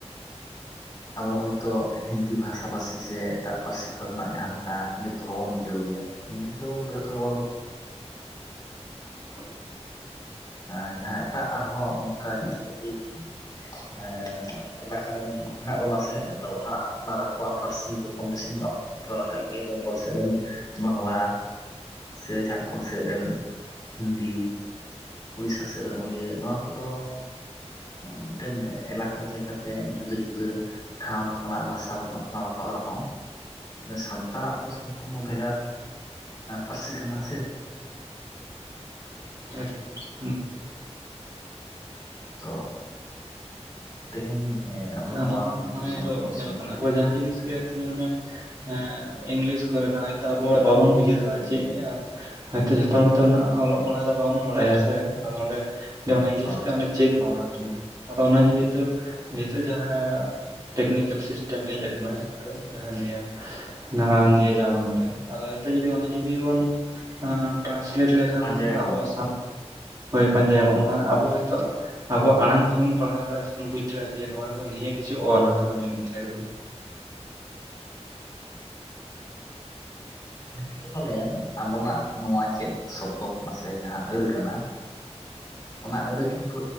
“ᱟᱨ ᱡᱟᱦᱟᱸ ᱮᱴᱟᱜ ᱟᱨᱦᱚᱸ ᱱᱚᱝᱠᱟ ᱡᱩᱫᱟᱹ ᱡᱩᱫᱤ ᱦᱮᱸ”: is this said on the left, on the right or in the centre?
Left